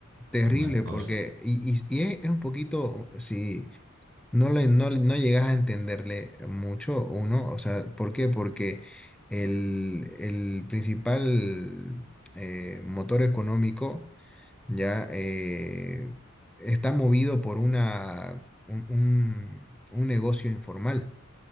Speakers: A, in the centre; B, on the right.
A: terrible,
B: y más
A: porque
B: cosas.
A: y, y- y es, es un poquito, si no, le, no, no llegas a entenderle mucho uno, o sea, ¿por qué? Porque el, el principal eh, motor económico ya eh, está movido por una, un un- un negocio informal.